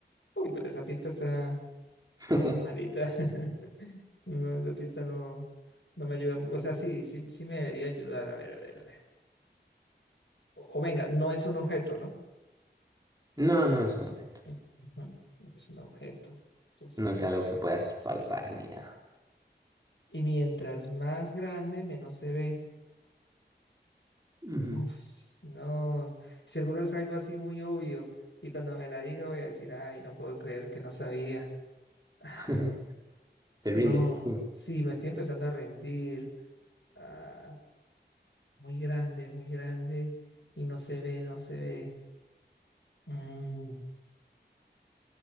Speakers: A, on the left; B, on the right.
A: Uy, pero esa pista está, está
B: <laughs>
A: muy malita. <laughs> No, esa pista no, no me ayuda mucho. O sea, sí, sí, sí me debería ayudar. A ver, a ver, a ver. O, o venga, no es un objeto, ¿no?
B: No, no es un objeto,
A: Ujú, No es un objeto. Entonces,
B: no es algo que puedas palpar ni nada.
A: y mientras más grande, menos se ve.
B: Ujú.
A: Uf, no, seguro es algo así muy obvio. Y cuando me la diga voy a decir, ay, no puedo creer que no sabía. <laughs>
B: <laughs> Te rindes,
A: No,
B: sí.
A: sí, me estoy empezando a rendir. Ah, Muy grande, muy grande y no se ve, no se ve. Mm.